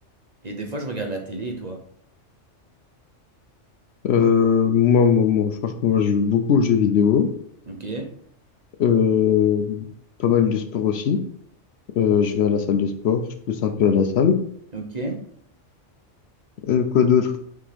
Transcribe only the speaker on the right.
Et des fois, je regarde la télé, et toi.
Ok?
Ok?